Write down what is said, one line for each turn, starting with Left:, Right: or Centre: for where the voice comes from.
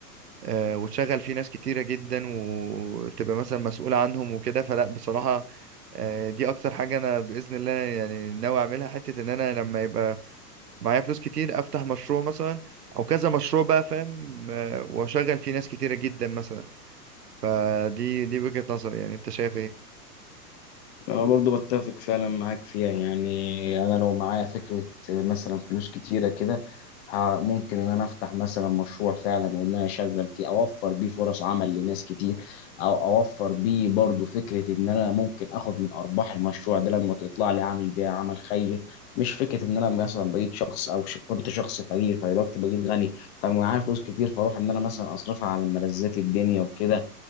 Right: آه، وتشغل فيه ناس كتيرة جدا وتبقى مثلا مسؤولة عنهم وكده فلا بصراحة آه، دي أكتر حاجة أنا بإذن الله يعني ناوي أعملها حتة إن أنا لما يبقى معايا فلوس كتير أفتح مشروع مثلا أو كذا مشروع بقى فاهم آه، وأشغل فيه ناس كتيرة جدا مثلا فدي دي وجهة نظري يعني أنت شايف إيه؟
Left: انا برضو بتفق فعلا معاك فيها يعني انا لو معايا فكره مثلا فلوس كتيره كده ه- ممكن ان انا افتح مثلا مشروع فعلا وان انا اشغل فيه اوفر بيه فرص عمل لناس كتير او اوفر بيه برضو فكره ان انا ممكن اخد من ارباح المشروع ده لما تطلع لي اعمل بيها عمل خير مش فكره ان انا مثلا بقيت شخص او ش... كنت شخص فقير فدلوقتي بقيت غني فمعايا فلوس كتير فاروح ان انا مثلا اصرفها على ملذات الدنيا وكده